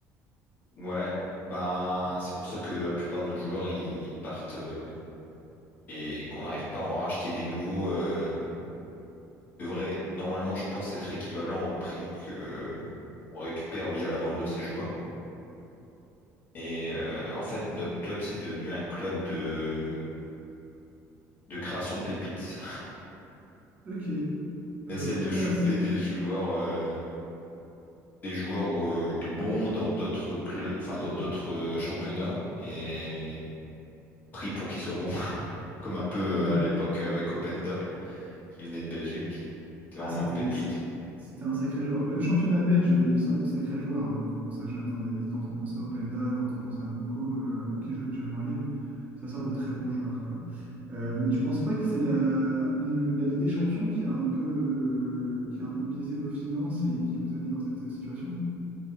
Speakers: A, on the left; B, on the right.
A: Ouais. Ben, c'est pour ça que la plupart de nos joueurs, ils ils partent euh, et qu'on n'arrive pas à en racheter des nouveaux. euh, devrait normalement, je pense, être équivalent au prix que euh, on récupère via la vente de ces joueurs. Et euh, en fait, notre club, c'est devenu un club de, de création de pépites.
B: Ok.
A: <laughs>
B: Euh,
A: On essaie
B: pour
A: de
B: toi,
A: choper
B: là, c'est-
A: des joueurs euh, des joueurs euh, bons dans d'autres clubs, enfin dans d'autres euh, championnats et pris pour qu'ils soient bons, <laughs> comme un peu
B: <laughs>
A: euh,
B: ouais.
A: à l'époque avec Openda qui venait de Belgique. C'était
B: Ah,
A: vraiment
B: c'était
A: une pépite.
B: c'est- c'était un sacré joueur. Mais le championnat belge, il sort de sacrés joueurs. hein. Quand on pense à Jonathan David, quand on pense à Openda, quand on pense à Mouko, euh, qui joue actuellement à Lille, ça sort de très bons joueurs, quoi. Euh, mais tu penses pas que c'est la, le- la Ligue des Champions qui a un peu, euh, qui a un peu biaisé vos finances et qui vous a mis dans cette euh, situation?